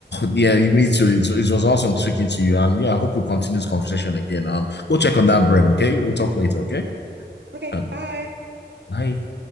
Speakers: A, on the left; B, on the right.
A: yeah, you need to. It, it was awesome speaking to you, and yeah, I hope we continue this conversation again. Um, go check on that bread, okay? We'll talk later, okay?
B: Yeah. Okay,
A: Um,
B: bye.
A: bye.